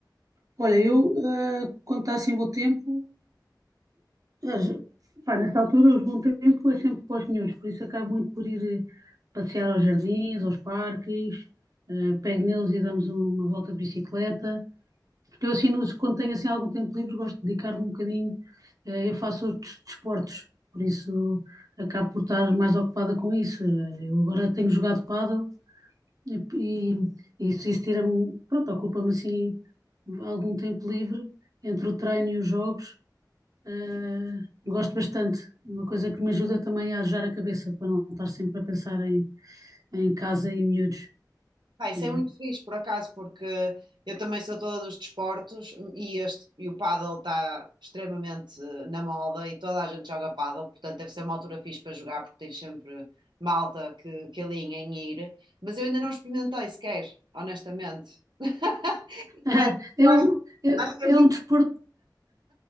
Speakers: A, on the right (about 50°); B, on the right (about 85°).
A: Olha, eu, eh, quando está assim bom tempo, Mas, pá, nessa altura, os bom tempo é sempre para os miúdos, por isso acabo muito por ir eh, passear aos jardins, aos parques, eh, pego neles e damos um, uma volta de bicicleta. Porque eu, assim, nos- quando tenho assim, algum tempo livre, gosto de dedicar-me um bocadinho. eh, eu faço outros desportos, por isso acabo por estar mais ocupada com isso. Eh, eu agora tenho jogado pádel, E, e isso, isso tira-me, pronto, ocupa-me assim algum tempo livre entre o treino e os jogos. eh, gosto bastante. É uma coisa que me ajuda também a arejar a cabeça para não estar sempre a pensar em, em casa e miúdos.
B: Pá, isso
A: é
B: é muito fixe, por acaso, porque eu também sou toda dos desportos e, este, e o pádel está extremamente eh, na moda e toda a gente joga pádel, portanto deve ser uma altura fixe para jogar porque tem sempre malta que, que alinha em ir. Mas eu ainda não experimentei sequer, honestamente. <laughs>
A: <laughs>
B: Mas
A: É,
B: eu acho,
A: um, é,
B: acho que é muito.
A: é um desporto,